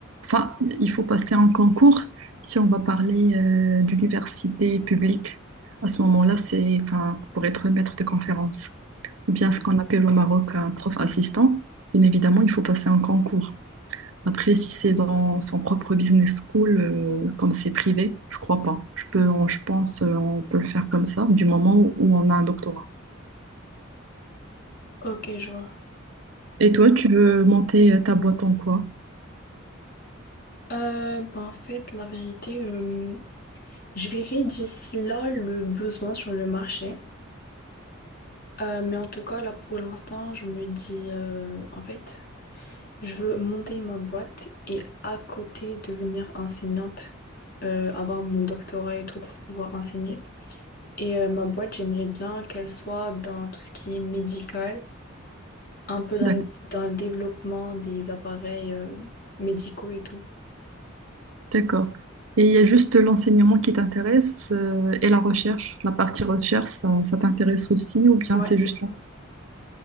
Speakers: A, on the right; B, on the left.
A: enfin, il faut passer un concours si on va parler euh, d'université publique. À ce moment-là, c'est enfin, pour être maître de conférence, ou bien ce qu'on appelle au Maroc un prof assistant. Bien évidemment, il faut passer un concours. Après, si c'est dans son propre business school, euh, comme c'est privé, je crois pas. Je peux, on- je pense, euh, on peut le faire comme ça, du moment où on a un doctorat.
B: Ok, je vois.
A: Et toi, tu veux monter euh, ta boîte en quoi?
B: Euh, ben, en fait, la vérité, euh, Je verrai d'ici là le besoin sur le marché. Euh, mais en tout cas, là pour l'instant, je me dis, euh, en fait, je veux monter ma boîte et à côté devenir enseignante, euh, avoir mon doctorat et tout pour pouvoir enseigner. Et euh, ma boîte, j'aimerais bien qu'elle soit dans tout ce qui est médical, un peu dans
A: d'accord
B: le, dans le développement des appareils, euh, médicaux et tout.
A: D'accord. Et il y a juste l'enseignement qui t'intéresse euh, et la recherche. La partie recherche, ça, ça t'intéresse aussi ou bien
B: Ouais,
A: c'est
B: c'est
A: juste...
B: ça.
A: l'en-